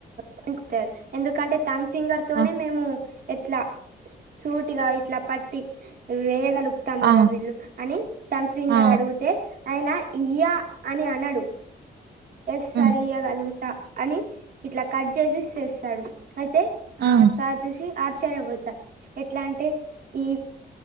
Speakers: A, on the right; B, on the right.
A: పంుతారు ఎందుకంటే థమ్ ఫింగర్ తోనే
B: ఆ!
A: మేము ఎట్లా సూటిగా ఇట్లా పట్టి వేగ చెతాం కదా
B: ఆ!
A: వీళ్ళు అని తథంమ్ ఫింగర్
B: ఆ!
A: అడిగితే అయనా ఇయ్యా అని అన్నాడు ఎస్
B: హ్మ్.
A: సార్ ఇయ్యగలుగుతా అని ఇట్లా కట్ చేసి చేస్తాడు అయితే
B: హ్మ్.
A: ఆ సార్ చూసి ఆశ్చర్యపోతారు ఎట్లా అంటే ఈ